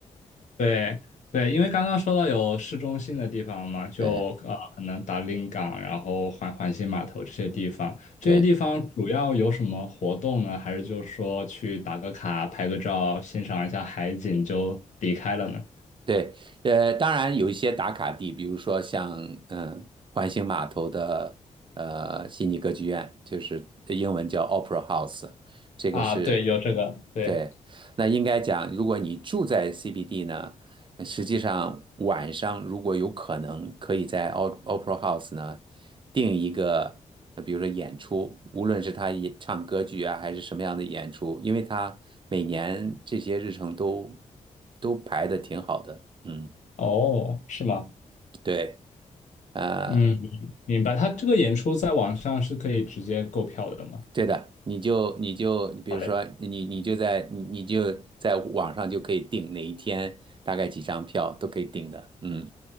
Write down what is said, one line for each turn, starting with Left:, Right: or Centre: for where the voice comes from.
Left: 对对，因为刚刚说到有市中心的地方嘛，就呃可能达令港，
Right: 对
Left: 然后环环形码头这些地方，这些地方主要有什么活动呢？
Right: 对
Left: 还是就是说去打个卡、拍个照、欣赏一下海景就离开了呢？
Right: 对，呃，当然有一些打卡地，比如说像嗯环形码头的呃悉尼歌剧院，就是英文叫 Opera House，这个是
Left: 啊，对，有这个，对，
Right: 对。那应该讲，如果你住在 CBD 呢？实际上，晚上如果有可能，可以在 O- Opera House 呢定一个，呃比如说演出，无论是他演唱歌剧啊，还是什么样的演出，因为他每年这些日程都都排的挺好的。嗯，
Left: 哦，是吗？
Right: 对，呃，
Left: 嗯，明白。他这个演出在网上是可以直接购票的吗？
Right: 对的，你就你就比如说你你就在你你就在网上就可以订哪一天，
Left: 好嘞。
Right: 大概几张票都可以订的。嗯，